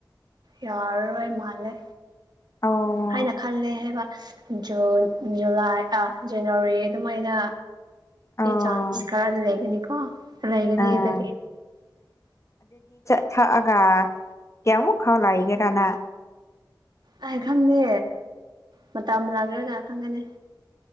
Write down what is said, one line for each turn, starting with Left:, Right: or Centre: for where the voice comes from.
Right: ꯌꯥꯔꯔꯣꯏ ꯃꯥꯜꯂꯦ
Left: ꯑꯣ
Right: ꯍꯥꯏꯅ ꯈꯜꯂꯦ ꯍꯥꯏꯕ ꯖꯟ ꯖꯨꯂꯥꯏ ꯑꯥ ꯖꯅꯋꯥꯔꯤ ꯑꯗꯨꯃꯥꯏꯅ
Left: ꯑꯣ
Right: ꯆꯥꯟꯁ ꯀꯗꯤ ꯂꯩꯦꯒꯅꯤꯀꯣ ꯂꯩꯒꯅꯤꯗ
Left: ꯑꯥ ꯊ ꯑꯒꯎ ꯑꯣ ꯈꯥꯎ ꯂꯥꯏꯒꯦꯗꯅꯥ
Right: ꯑꯩ ꯈꯪꯗꯦ ꯃꯇꯝ ꯂꯈ꯭ꯔꯒ ꯈꯪꯒꯅꯤ